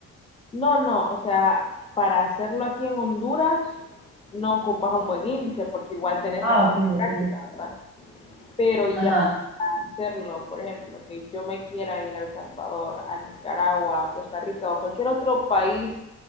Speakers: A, on the left (about 20°); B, in the centre.
A: No, no, o sea, para hacerlo aquí en Honduras no ocupas un buen índice porque igual tenés
B: Ah,
A: que hacer
B: ok,
A: la
B: ok.
A: práctica, ¿verdad? Pero ya
B: Ajá.
A: para hacerlo, por ejemplo, que yo me quiera ir a El Salvador, a Nicaragua, a Costa Rica o cualquier otro país